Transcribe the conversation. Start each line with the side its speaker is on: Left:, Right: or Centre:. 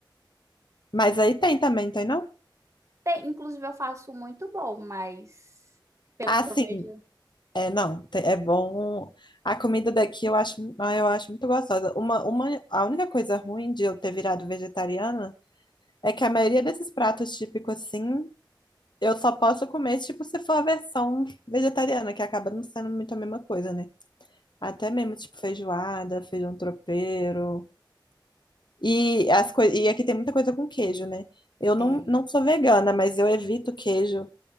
Left: Mas aí tem também, tem não?
Right: Tem, inclusive eu faço muito bom, mas pelo
Left: Ah,
Right: que
Left: sim.
Right: eu vejo,
Left: É, não. te- É bom. A comida daqui eu acho, ah, eu acho muito gostosa. Uma, uma, a única coisa ruim de eu ter virado vegetariana é que a maioria desses pratos típicos, assim, eu só posso comer, tipo, se for a versão vegetariana, que acaba não sendo muito a mesma coisa, né? Até mesmo, tipo, feijoada, feijão tropeiro. E, as coi- e aqui tem muita coisa com queijo, né? Eu não,
Right: é.
Left: não sou vegana, mas eu evito queijo